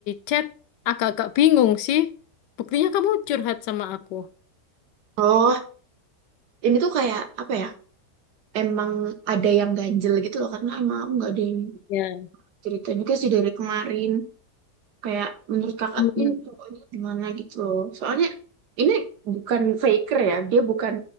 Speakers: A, on the left; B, on the right.
A: chat agak-agak bingung sih. Buktinya kamu curhat sama aku.
B: oh ini tuh kayak apa ya emang ada yang ganjel gitu loh karena emang aku nggak ada yang
A: Ya.
B: cerita juga sih dari kemarin Kayak menurut kakak
A: Kamu-
B: ini cowok gimana gitu loh. Soalnya ini bukan faker ya. Dia bukan